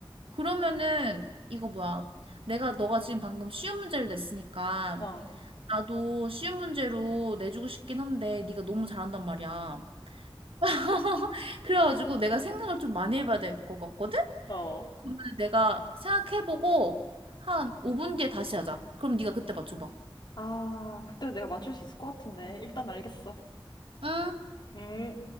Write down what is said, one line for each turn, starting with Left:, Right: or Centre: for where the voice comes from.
Right: 그러면은, 이거 뭐야. 내가, 너가 지금 방금 쉬운 문제를 냈으니까,
Left: 어.
Right: 나도 쉬운 문제로 내주고 싶긴 한데, 네가 너무 잘한단 말이야. <laughs> 그래가지고 내가 생각을 좀 많이 해봐야 될 것 같거든?
Left: 어.
Right: 그러면 내가 생각해보고, 한 5분 뒤에 다시 하자. 그럼 네가 그때 맞춰봐.
Left: 아, 그때 내가 맞출 수 있을 것 같은데. 일단 알겠어.
Right: 응?
Left: 음.